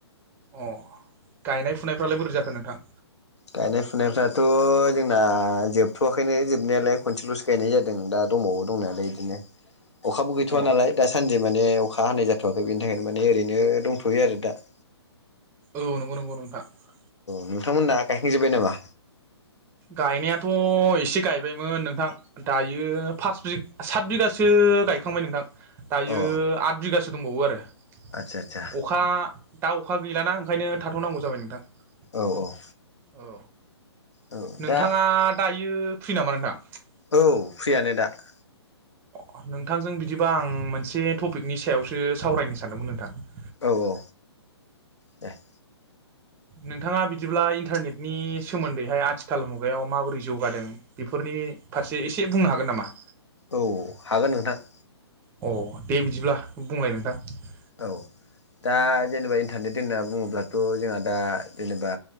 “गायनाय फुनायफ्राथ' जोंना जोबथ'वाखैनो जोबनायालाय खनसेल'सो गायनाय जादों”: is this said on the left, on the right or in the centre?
Left